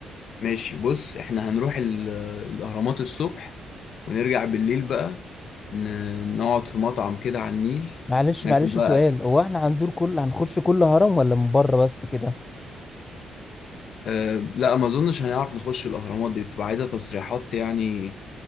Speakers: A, on the left; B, on the left.
A: ماشي بص احنا هنروح ال... الاهرامات الصبح ونرجع بالليل بقى ن... نقعد في مطعم كده على النيل
B: معلش
A: ناكل
B: معلش
A: بقى
B: سؤال
A: أكل.
B: هو احنا هنزور كل هنخش كل هرم ولا من بره بس كده
A: أه... لا ما اظنش هنعرف نخش الاهرامات دي تبقى عايزه تصريحات يعني